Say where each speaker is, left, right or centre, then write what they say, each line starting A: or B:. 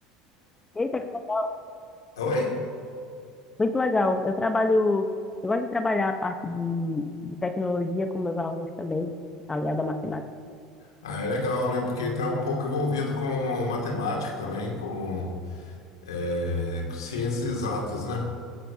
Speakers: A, on the left (about 20°); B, on the left (about 85°).
A: Eita, que legal.
B: Oi?
A: Muito legal. Eu trabalho... Eu gosto de trabalhar a parte de, de tecnologia com meus alunos também, aliado à matemática.
B: Ah, é legal, né? Porque está um pouco envolvido com matemática também, com, eh, com ciências exatas, né?